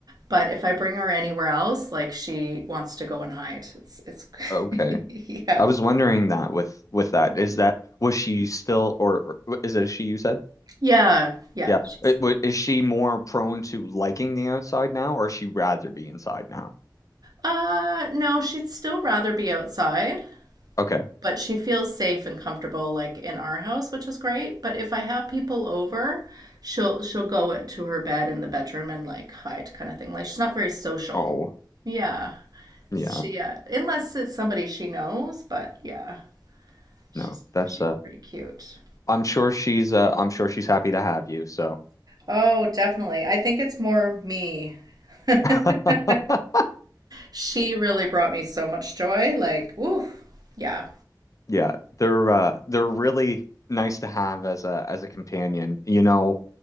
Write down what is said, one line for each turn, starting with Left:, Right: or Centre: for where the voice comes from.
Right: but if I bring her anywhere else, like she wants to go and hide. It's it's
Left: Okay.
Right: <laughs> yeah.
Left: I was wondering that with with that. Is that was she still or or- is it a she you said?
Right: Yeah, yeah.
Left: Yeah.
Right: She's
Left: It- wa- Is she more prone to liking the outside now or is she rather be inside now?
Right: uh no, she'd still rather be outside.
Left: Okay.
Right: but she feels safe and comfortable like in our house, which is great. But if I have people over, she'll she'll go to her bed in the bedroom and like hide kind of thing. Like she's not very social.
Left: Oh.
Right: Yeah.
Left: Yeah,
Right: She yeah, unless it's somebody she knows, but yeah, she's
Left: no, that's
Right: she's
Left: uh
Right: pretty cute.
Left: I'm sure she's uh I'm sure she's happy to have you, so
Right: Oh, definitely. I think it's more me. <laughs>
Left: <laughs>
Right: She really brought me so much joy. Like, woo. Yeah.
Left: yeah, they're uh they're really nice to have as a as a companion. You know,